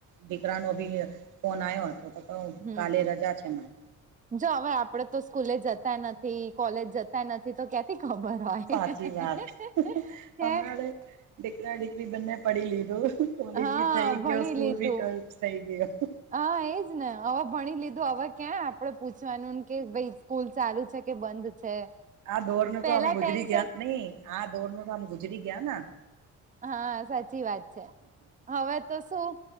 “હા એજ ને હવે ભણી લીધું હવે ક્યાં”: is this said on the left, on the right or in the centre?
Right